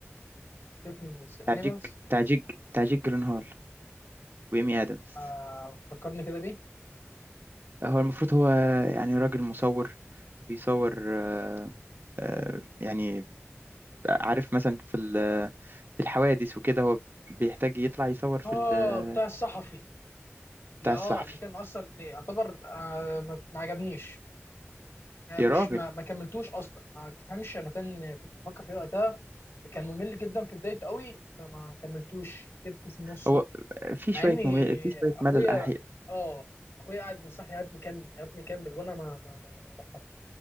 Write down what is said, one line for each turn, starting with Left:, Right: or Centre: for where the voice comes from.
Left: فيلم
Right: بتاع
Left: انيمالز
Right: جيك بتاع جيك بتاع جيك جيلنهال وإيمي آدمز
Left: آه فكرني كده بيه
Right: هو المفروض هو يعني راجل مصور بيصور آه، يعني عارف مثلا في ال- في الحوادث وكده هو بيحتاج يطلع يصور
Left: اه
Right: في ال-
Left: بتاع الصحفي اللي
Right: بتاع
Left: اه
Right: الصحفي
Left: اللي كان اصلا اللي يعتبر آه ما ما عجبنيش آه
Right: يا
Left: مش
Right: راجل
Left: ما, ما كملتوش اصلا ما تفهمش انا كان كنت بفكر فيه وقتها كان ممل جدا في بدايته قوي فما كملتوش سبته في النص
Right: هو في شوية
Left: مع ان
Right: ممل في شوية
Left: اخويا
Right: ملل أحياء
Left: اه اخويا قاعد ينصحني يا ابني كمل يا ابني كمل وانا ما ما ما, ما رفضت.